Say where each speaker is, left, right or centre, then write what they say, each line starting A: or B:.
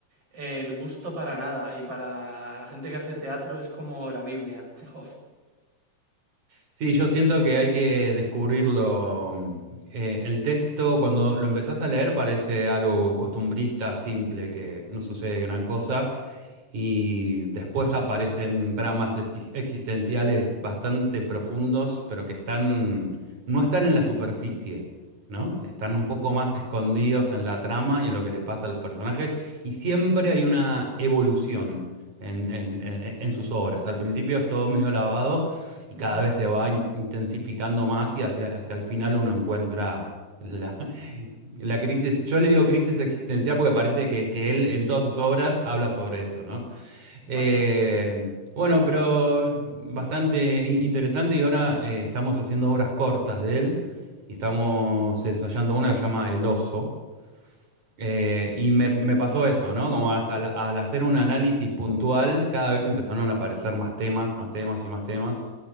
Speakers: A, on the right; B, on the right.
A: el gusto para nada. Y para la gente que hace teatro es como la Biblia, Chekhov.
B: Sí, yo siento que hay que descubrirlo. mm, Eh, el texto, cuando lo empezás a leer, parece algo costumbrista, simple, que no sucede gran cosa. Y después aparecen dramas ex- existenciales bastante profundos, pero que están, no están en la superficie, ¿no? Están un poco más escondidos en la trama y en lo que le pasa a los personajes. Y siempre hay una evolución en, en en- en sus obras. Al principio es todo medio lavado y
A: Ujú,
B: cada vez se va in- intensificando más y hacia, hacia el final uno encuentra la, <laughs> la crisis. Yo le digo crisis existencial porque parece que, que él en todas sus obras habla sobre eso, ¿no?
A: Vale.
B: Eh, bueno, pero bastante in- interesante y ahora eh, estamos haciendo obras cortas de él y estamos ensayando una que se llama El oso. Eh, y me, me pasó eso, ¿no? Como as- al, al hacer un análisis puntual, cada vez empezaron a aparecer más temas, más temas y más temas.